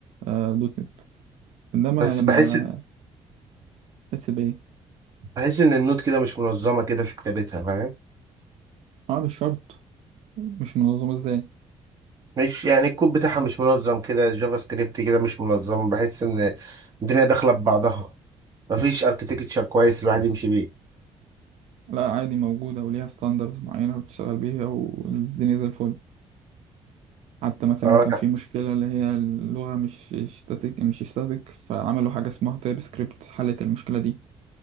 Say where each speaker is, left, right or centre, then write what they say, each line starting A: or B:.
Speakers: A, on the right; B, on the right.
A: آه، دوت نت انما
B: بس
A: لما
B: بحس
A: تحس بايه
B: بحس ان النود كده مش منظمة كده في كتابتها فاهم؟
A: اه مش شرط مش منظمه ازاي
B: مش يعني الكود بتاعها مش منظم كده الجافا سكريبت كده مش منظم بحس ان الدنيا داخله ببعضها مفيش اركتكتشر كويس الواحد يمشي بيه
A: لا عادي موجوده وليها ستاندرز معينه بتشتغل بيها والدنيا زي الفل حتى مثلا
B: اه
A: كان
B: لا.
A: في مشكله اللي هي اللغه مش ستاتيك مش ستاتيك فعملوا حاجه اسمها تايب سكريبت حلت المشكله دي